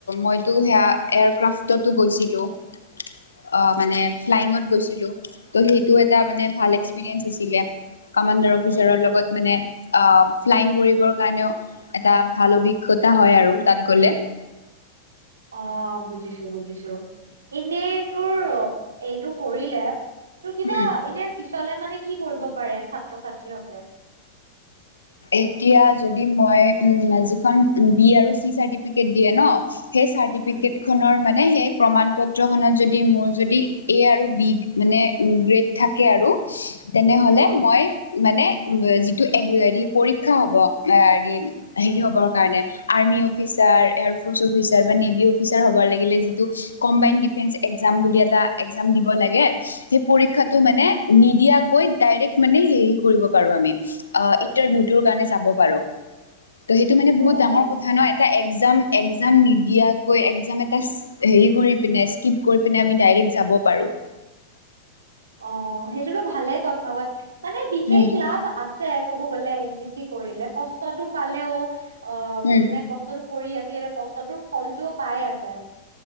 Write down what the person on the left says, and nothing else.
মইতো সেয়া এয়াৰ ক্ৰাফ্টটো গৈছিলোঁ।
অ' মানে ফ্লাইংত গৈছিলোঁ। তোৰ সেইটো এটা মানে ভাল এক্সপিৰিয়েঞ্চ আছিলে কামাণ্ডাৰ অফিচাৰৰ লগত মানে আহ ফ্লাইিং কৰিবৰ কাৰণেও এটা ভাল অভিজ্ঞতা হয় আৰু তাত গ'লে।
উম।
এতিয়া যদি মই যিখন বি আৰু চি চাৰ্টিফিকেট দিয়ে ন সেই চাৰ্টিফিকেট
খনৰ মানে সেই প্ৰমাণ পত্ৰখনত যদি মোৰ যদি এ আৰু বিগ মানে গ্ৰেড থাকে আৰু তেনেহলে
মই মানে উ যিটো হেৰি পৰীক্ষা হ'ব হেৰি হেৰি হবৰ কাৰণে আৰ্মি অফিচাৰ এয়াৰফৰ্চ অফীচাৰ বা নেভি অফিচাৰ হব লাগিলে যিটো কমবাইন দিফেন এক্সাম বুলি এটা এক্সাম দিব লাগে সেই পৰীক্ষাটো
মানে নিদিয়াকৈ ডাইৰেক্ট মানে হেৰি কৰিব পাৰো আমি কাৰ যাব পাৰো সেইটো মানে
বাৰ কথা ন এ এক্সাম নিদিয়াকৈ এক্সাম এটা হেৰি কৰি পিনে স্কিপ কৰি পিনে আমি ডাইৰে য পাৰো
উম
উম